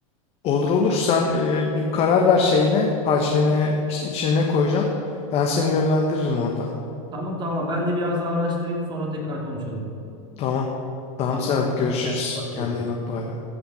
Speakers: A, on the left; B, on the right.
A: Olur olur sen e, bir karar ver şeyine, hacmine, işte içine ne koyacaksın. Ben seni yönlendiririm orada.
B: Tamam tamam ben de biraz daha araştırayım sonra tekrar konuşalım.
A: Tamam. Tamam
B: Tamam.
A: Serhat görüşürüz.
B: Kendine iyi bak.
A: Kendine
B: görüşürüz.
A: iyi bak bay bay.